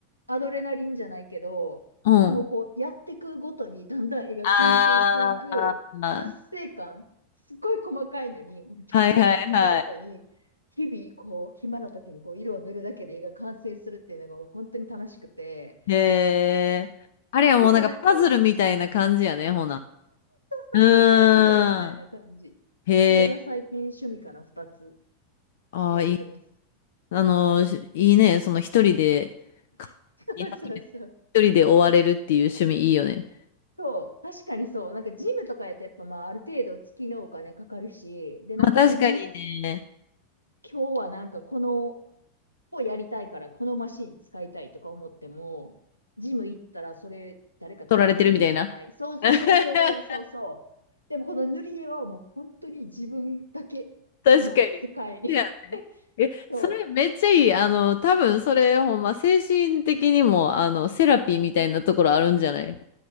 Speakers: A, on the left; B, on the left.
A: アドレナリンじゃないけど、
B: うん。
A: このこう、やっていくごとにだんだん絵が完成していく達成感、
B: あー、
A: すっごい細かいのに、このちょいちょいやっていくごとに、
B: はいはいはい。
A: 日々こう、暇な時にこう、色を塗るだけで絵が完成するっていうのがもう本当に楽しくて、
B: へえ。あれはもうなんかパズルみたいな感じやね、
A: 暇やと、
B: ほな。
A: そうそうそう、
B: うーん。
A: パズルみたいな感じ。
B: へえ。
A: それが最近趣味から2つ
B: ああいい
A: やってます。
B: あの、しいいね。その一人で、か
A: <laughs> そうそうそう。
B: 初めて一人で追われるっていう趣味いいよね。
A: そう、確かにそう。なんかジムとかやってやっぱまあある程度月のお金かかるし、でなんか自分
B: まあ確かにね、
A: 今日はなんかこのをやりたいから、このマシン使いたいとか思っても、ジム行ったらそれ誰か使っててできない。
B: 取られてるみたいな。
A: そうそうそうそうそうそうそう。
B: <laughs>
A: でもこの塗り絵はもう本当に自分だけの世界に。
B: 確かに。そうやね。え、
A: <laughs> そ
B: それめっちゃいい。あの、多分それほんま精神的にも、あの、セラピーみたいなところあるんじゃない